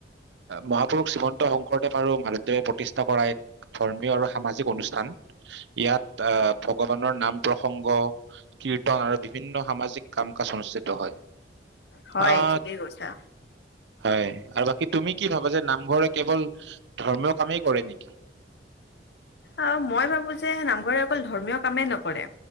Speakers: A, on the right (about 80°); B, on the left (about 65°).
A: মহাপুৰুষ শ্ৰীমন্ত শংকৰদেৱ আৰু মাধৱদেৱে প্ৰতিষ্ঠা কৰা এক ধৰ্মীয় আৰু সামাজিক অনুষ্ঠান ইয়াত আহ ভগৱানৰ নাম প্ৰসংগ কীৰ্তন আৰু বিভিন্ন সামাজিক কাম কাজ অনুষ্ঠিত হয়
B: হয়
A: আহ
B: ঠিকেই কৈছা
A: হয় আৰু বাকী তুমি কি ভাবা যে নামঘৰে কেৱল ধৰ্মীয় কামেই কৰে নেকি
B: আহ মই ভাবো যে নামঘৰে অকল ধৰ্মীয় কামেই নকৰে